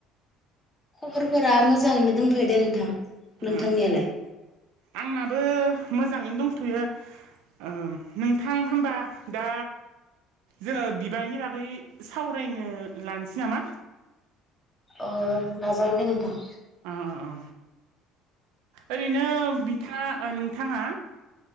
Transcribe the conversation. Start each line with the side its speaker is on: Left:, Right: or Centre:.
Left: खबरफोरा मोजाङैनो दंथ'यो दे नोंथां नोंथांनियालाय?
Right: ओ आंनाबो मोजाङैनो दंथ'यो। उम नोंथां होमबा दा। जोङो बिबारनि बागै सावरायनो लानोसै नामा?
Left: अ लाजागोन दे नोंथां।
Right: ओ ओ ओरैनो बिथाङा नोंथाङा